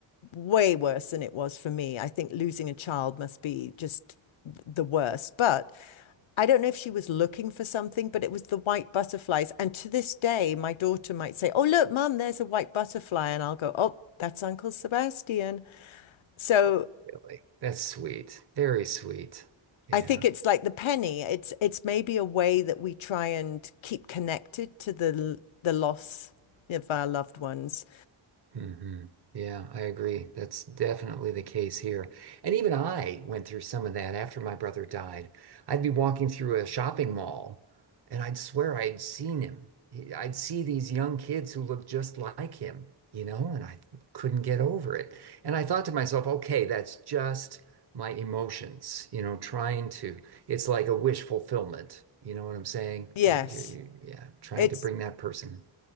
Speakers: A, on the left; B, on the right.
A: way worse than it was for me. I think losing a child must be just the worst. But I don't know if she was looking for something, but it was the white butterflies. And to this day, my daughter might say, Oh, look, mum, there's a white butterfly. And I'll go, Oh, that's Uncle Sebastian. So
B: Oh, really, that's sweet, very sweet. Yeah.
A: I think it's like the penny. It's it's maybe a way that we try and keep connected to the the loss of our loved ones.
B: hmm Yeah, I agree. That's definitely the case here. And even I went through some of that after my brother died. I'd be walking through a shopping mall and I'd swear I'd seen him. He- I'd see these young kids who looked just like him, you know, and I couldn't get over it. And I thought to myself, okay, that's just my emotions, you know, trying to, it's like a wish fulfillment. You know what I'm saying?
A: Yes.
B: You, you, you, yeah, trying
A: It's
B: to bring that person